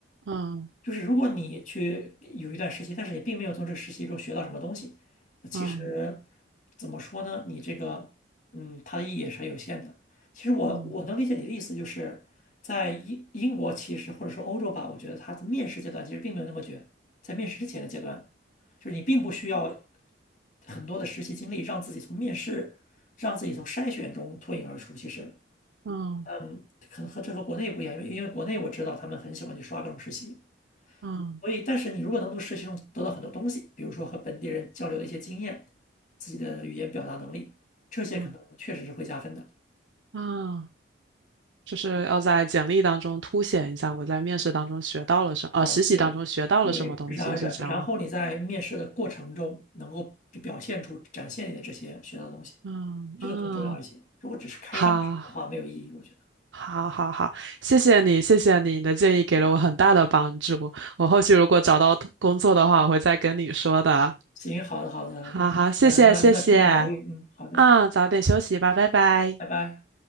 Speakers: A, on the right (about 80°); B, on the left (about 40°).
A: 嗯
B: 就是如果你去有一段实习，但是你并没有从这个实习中学到什么东西，那其实
A: 嗯
B: 怎么说呢？你这个，嗯，它的意义也是很有限的。其实我我能理解你的意思，
A: 嗯
B: 就是在英英国其实或者说欧洲吧，我觉得它的面试阶段其实并没有那么卷，在面试之前的阶段，就是你并不需要很多的实习经历，让自己从面试，让自己从筛选中脱颖而出。其实，
A: 嗯
B: 嗯，可能和这和国内不一样，因为因为国内我知道他们很喜欢去刷各种实习。
A: 嗯
B: 所以，但是你如果能从实习中得到很多东西，比如说和本地人交流的一些经验，自己的语言表达能力，这些可能确实是会加分的。
A: 嗯嗯，就是要在简历当中凸显一下我在面试当中学到了什，呃，
B: 啊，
A: 实习当中学到了什么东西，
B: 对，对，然然然后你在面试的过程中能够表现出、
A: 是这样吗？
B: 展现你的这些学到的东西，
A: 嗯嗯
B: 这个更重要一些。如果只是开一张纸的话，
A: 好，
B: 没有意义，我觉得。
A: 好，好，好，谢谢你，谢谢你，你的建议给了我很大的帮助。
B: 好的，
A: 我后续如果找到工作的话，我会再跟你说的。
B: 行，好的，好的，
A: 好好，
B: 嗯，
A: 谢谢，
B: 呃，那那祝你好运，
A: 谢谢。
B: 嗯，好的，
A: 嗯，早点休息吧，拜拜。
B: 拜拜。